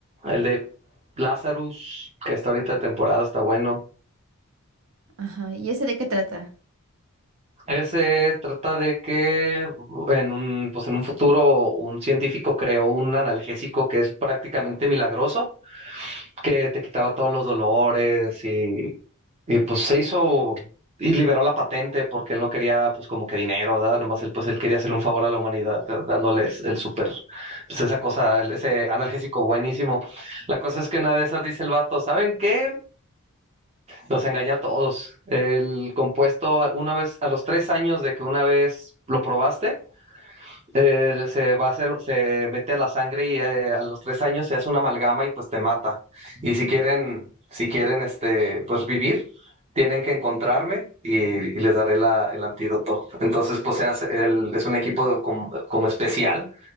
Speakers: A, on the right; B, on the right.
A: el de Lazarus, que está ahorita de temporada, está bueno.
B: <laughs> Ajá, ¿y ese de qué trata?
A: Ese trata de que en un, pues en un futuro un científico creó un analgésico que es prácticamente milagroso, que te quitaba todos los dolores y, y, pues se hizo y liberó la patente porque él no quería pues como que dinero, ¿verdad? Nomás él pues él quería hacerle un favor a la humanidad ¿verdad? dándoles el súper, pues esa cosa, el- ese analgésico buenísimo. La cosa es que una de esas dice el vato, ¿saben qué? Los engaña a todos. El compuesto, a- una vez, a los tres años de que una vez lo probaste, eh, se va a hacer, se mete a la sangre y eh, a los tres años se hace una amalgama y pues te mata. Y si quieren, si quieren, este, pues vivir, tienen que encontrarme y, y les daré la, el antídoto. Entonces, pues se hace, el- es un equipo de- como, como especial